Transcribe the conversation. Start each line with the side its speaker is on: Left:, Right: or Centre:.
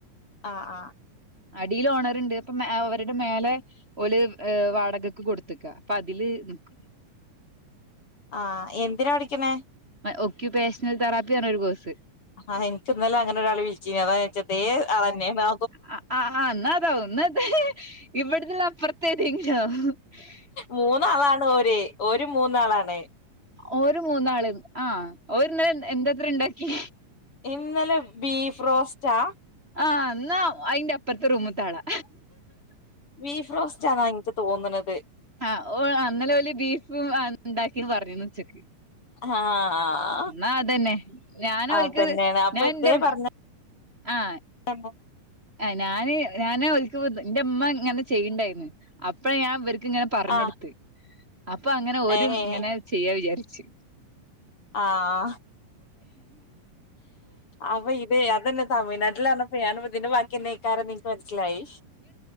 Left: ആഹ് ആഹ്
Right: അടീല് ഓണർ ണ്ട് അപ്പം അവര്ടെ മേലെ ഓല് വാടകക്ക് കൊടുത്ത്ക്ക അപ്പൊ അതില് നിക്കും
Left: ആഹ് എന്തിനാ പഠിക്കണെ
Right: ഒക്യുപ്പേഷണൽ തെറാപ്പി പർണൊരു കോഴ്സ്
Left: ആഹ് ഇൻക്ക് ഇന്നലെ അങ്ങനൊരാള് വിളിച്ചീനി അതാ ചോയ്ച്ചെ അതേ ആളെന്ന്യാണൊ
Right: ആഹ് ആഹ് അന്നാതാവും ഒന്നത ഇവിടുത്തെല്ലാം അപ്പുറത്തേക്ക് <unintelligible>
Left: മൂന്നാളാണ് ഓര് ഓരു മൂന്നാളാണ്
Right: ഓര് മൂന്നാള് ആഹ് ഓര് ഇന്നലെ എന്താത്ര ഉണ്ടാക്കി
Left: ഇന്നലെ ബീഫ് റോസ്റ്റാ
Right: ആഹ് എന്നാ അയിന്റെ അപ്പറത്തെ റൂമിലത്തെ ആളാ
Left: ബീഫ്റോസ്റ്റ് ആണെന്നാ എനിക്ക് തോന്നണത്
Right: ആഹ് ഓള് ഇന്നലെ ഓല് ബീഫും ഉണ്ടാക്കിന്ന് പറഞ്ഞന്ന് ഉച്ചക്ക്
Left: ആഹ്
Right: എന്നാ അതന്നെ ഞാന് ഓൽക്ക്
Left: അതന്നെയാണ് അപ്പൊ
Right: ഞാൻ
Left: ഇതേ
Right: ഇന്റെ
Left: പറഞ്ഞ
Right: ആഹ്
Left: <unintelligible>
Right: ആഹ് ഞാന് ഞാൻ ഓല്ക്ക് എന്റെ അമ്മ ഇങ്ങനെ ചെയ്യണ്ടായിരുന്നു അപ്പളാ ഞാൻ ഇവർക്ക് ഇങ്ങനെ പറഞ്ഞ്
Left: ആഹ്
Right: കൊടുത്ത് അപ്പൊ അങ്ങനെ ഓരും
Left: ഏഹ്
Right: ഇങ്ങനെ ചെയ്യാ വിചാര്ച്ച്
Left: ആഹ് അപ്പൊ ഇത് അതന്നെ തമിഴ്നാട്ടിലാണ് <unintelligible> ഇതിന്റെ ബാക്കിന്ന നിക്കാര നിക്ക് മനസ്സിലായി